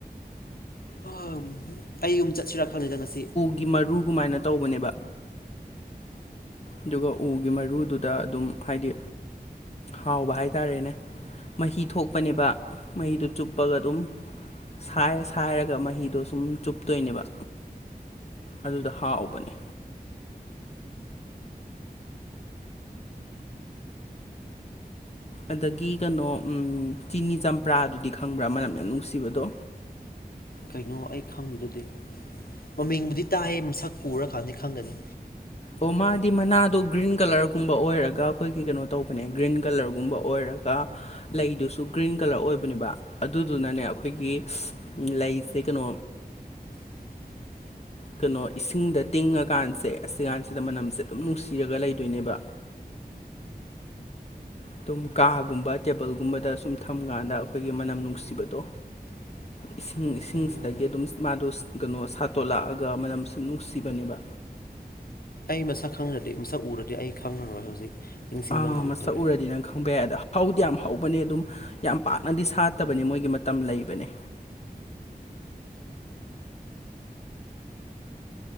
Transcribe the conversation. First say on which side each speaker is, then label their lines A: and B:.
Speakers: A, on the left (about 65°); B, on the left (about 40°).
A: ꯍꯣꯏ ꯑꯩ ꯌꯨꯝ ꯆꯠꯁꯤꯔꯛꯈꯕꯅꯤꯗ ꯉꯁꯤ
B: ꯒꯤ ꯃꯔꯨ ꯀꯃꯥꯏꯅ ꯇꯧꯕꯅꯦꯕ ꯑꯗꯨꯒ ꯎꯒꯤ ꯃꯔꯨꯗꯨꯗ ꯑꯗꯨꯝ ꯍꯥꯏꯗꯤ ꯍꯥꯎꯕ ꯍꯥꯏꯇꯥꯔꯦꯅꯦ ꯃꯍꯤ ꯊꯣꯛꯄꯅꯦꯕ ꯃꯍꯤꯗꯨ ꯆꯨꯞꯄꯒ ꯑꯗꯨꯝ ꯁꯥꯏꯔꯒ ꯃꯍꯤꯗꯣ ꯁꯨꯝ ꯆꯨꯞꯇꯣꯏꯅꯦꯕ ꯑꯗꯨꯗ ꯍꯥꯞꯎꯕꯅꯦ ꯑꯗꯒꯤ ꯀꯩꯅꯣ ꯆꯤꯅꯤ ꯆꯝꯄ꯭ꯔꯥꯗꯨꯗꯤ ꯈꯪꯕ꯭ꯔꯥ ꯃꯅꯝ ꯌꯥꯝ ꯅꯨꯡꯁꯤꯕꯗꯣ
A: ꯀꯩꯅꯣ ꯑꯩ ꯈꯪꯉꯦꯗꯨꯗꯤ ꯃꯃꯤꯡꯕꯨꯗꯤ ꯇꯥꯏꯌꯦ ꯃꯁꯛ ꯎꯔꯀꯥꯟꯗ ꯈꯪꯒꯅꯤ
B: ꯑꯣ ꯃꯥꯗꯤ ꯃꯅꯥꯗꯣ ꯒ꯭ꯔꯤꯟ ꯀꯂꯔꯒꯨꯝꯕ ꯑꯣꯏꯔꯒ ꯑꯩꯈꯣꯏꯒꯤ ꯀꯩꯅꯣ ꯇꯧꯕꯅꯦ ꯒ꯭ꯔꯤꯟ ꯀꯂꯔꯒꯨꯝꯕ ꯑꯣꯏꯔꯒ ꯂꯩꯗꯨꯁꯨ ꯒ꯭ꯔꯤꯟ ꯀꯂꯔ ꯑꯣꯏꯕꯅꯦꯕ ꯑꯗꯨꯗꯨꯅꯅꯦ ꯑꯩꯈꯣꯏꯒꯤ ꯂꯩꯁꯦ ꯀꯩꯅꯣ
A: <inaudible>
B: ꯀꯩꯅꯣ ꯏꯁꯤꯡꯗ ꯇꯤꯡꯉꯀꯥꯟꯁꯦ ꯑꯁꯤꯀꯥꯟꯁꯤꯦ ꯁꯤꯗ ꯃꯅꯝꯁꯦ ꯑꯗꯨꯝ ꯅꯨꯡꯁꯤꯔꯒ ꯂꯩꯗꯣꯏꯅꯦꯕ ꯑꯗꯨꯝ ꯀꯥꯒꯨꯝꯕ ꯇꯦꯕꯜꯒꯨꯝꯕꯗ ꯁꯨꯝ ꯊꯝꯀꯥꯟꯗ ꯑꯩꯈꯣꯏꯒꯤ ꯃꯅꯝ ꯅꯨꯡꯁꯤꯕꯗꯣ
A: <inaudible>
B: ꯏꯁꯤꯡ ꯏꯁꯤꯡꯁꯤꯗꯒꯤ
A: ꯎꯝ
B: ꯑꯗꯨꯝꯁ ꯃꯥꯗꯣꯁ ꯀꯩꯅꯣ ꯁꯥꯠꯇꯣꯂꯛꯑꯒ ꯃꯅꯝꯁꯨ ꯅꯨꯡꯁꯤꯕꯅꯦꯕ
A: ꯑꯩ ꯃꯁꯛ ꯈꯪꯉꯗꯤ ꯃꯁꯛ ꯎꯔꯗꯤ ꯑꯩ ꯈꯪꯉꯔꯣꯏ ꯍꯧꯖꯤꯛ ꯅꯤꯡꯁꯤꯡꯕ
B: ꯑꯥ
A: ꯉꯝꯗ꯭ꯔꯦ
B: ꯃꯁꯛ ꯎꯔꯗꯤ ꯅꯪ ꯈꯪꯕ ꯌꯥꯏ ꯑꯗ ꯍꯧꯗꯤ ꯌꯥꯝ ꯍꯧꯕꯅꯦ ꯑꯗꯨꯝ ꯌꯥꯝ ꯄꯥꯛꯅꯗꯤ ꯁꯥꯠꯇꯕꯅꯤ ꯃꯣꯏꯒꯤ ꯃꯇꯝ ꯂꯩꯕꯅꯦ